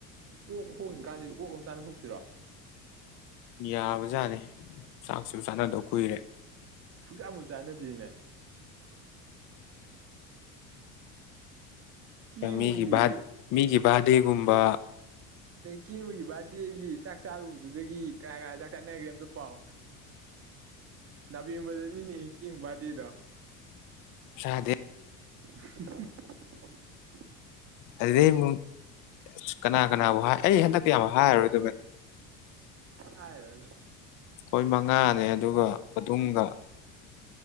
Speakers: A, on the right (about 35°); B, on the left (about 50°).
A: ꯑꯣꯛ ꯍꯣꯡꯉ ꯀꯥꯟꯁꯤ ꯑꯣꯛ ꯑꯃ ꯆꯥꯅ ꯇꯣꯛꯁꯤꯔꯣ
B: ꯌꯥꯕꯖꯥꯠꯅꯤ ꯆꯥꯛꯁꯨ ꯆꯥꯅꯗꯧ ꯀꯨꯏꯔꯦ
A: ꯁꯨꯡꯆꯥ ꯃꯨ ꯆꯥꯟꯅꯗꯦꯅꯦ ꯀꯦꯡꯕꯒꯤ
B: ꯃꯤꯒꯤ ꯕꯥ ꯃꯤꯒꯤ ꯕꯥꯔꯗꯦꯒꯨꯝꯕ
A: ꯀꯦꯕꯒꯤ ꯕꯥꯔꯗꯦꯒꯤ ꯆꯥꯛ ꯆꯥꯔꯨꯕꯗꯨꯗꯒꯤ ꯀꯅꯥ ꯀꯅꯥ ꯆꯥꯛ ꯆꯥꯅꯒꯦ ꯑꯝꯇ ꯄꯥꯎ ꯅꯥꯕꯦꯝꯕꯔꯗꯅꯤꯅꯦ ꯀꯦꯡꯕ ꯕꯥꯔꯗꯦꯗꯣ
B: ꯆꯥꯗꯦ
A: <unintelligible>
B: ꯑꯗꯨꯗꯩꯩ ꯑꯃꯨꯛ ꯀꯅꯥ ꯀꯅꯥꯕꯨ ꯍꯥꯏ ꯑꯩ ꯍꯟꯗꯛꯇꯤ ꯌꯥꯝꯕ ꯍꯥꯏꯔꯣꯏꯗ ꯕꯥꯏ꯫
A: ꯍꯥꯏ <unintelligible>
B: ꯑꯩꯈꯣꯏ ꯃꯉꯥꯅꯦ ꯑꯗꯨꯒ ꯑꯗꯨꯝꯒ